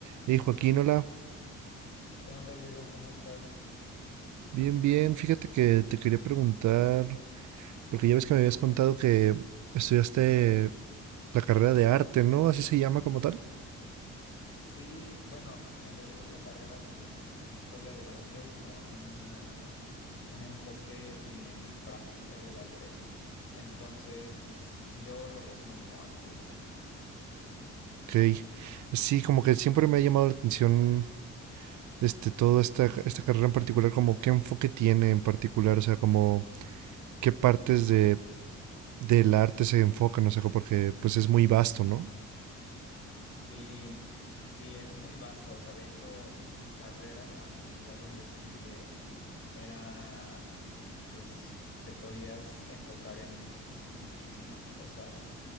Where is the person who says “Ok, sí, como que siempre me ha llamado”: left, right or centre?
Right